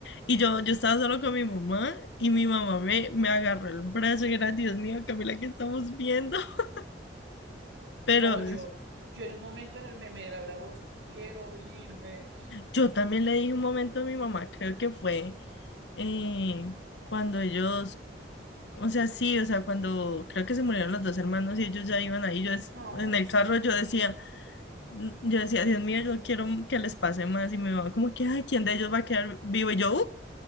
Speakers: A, on the left; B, on the right.
A: y yo, yo estaba solo con mi mamá y mi mamá me, me agarró el brazo y era, Dios mío, Camila, ¿qué estamos viendo? <laughs> Pero
B: no, yo,
A: es-
B: yo en un momento era el meme de Laura Bozzo, quiero irme.
A: yo también le dije un momento a mi mamá, creo que fue eh, cuando ellos O sea, sí, o sea, cuando creo que se murieron los dos hermanos y ellos ya iban ahí, yo dec-
B: Ay,
A: en el
B: sí.
A: carro yo decía, n- yo decía, Dios mío, yo quiero que les pase más y me mamá como que, ay, ¿quién de ellos va a quedar vivo? Y yo, "Uh,